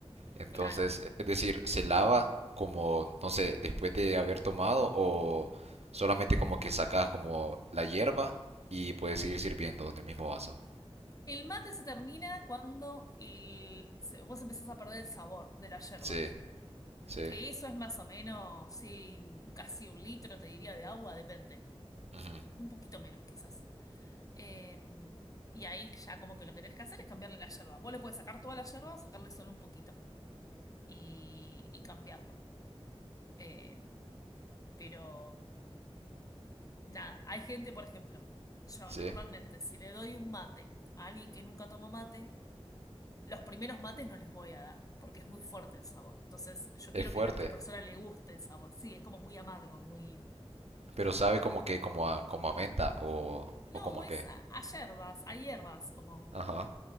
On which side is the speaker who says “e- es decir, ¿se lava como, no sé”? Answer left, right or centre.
Right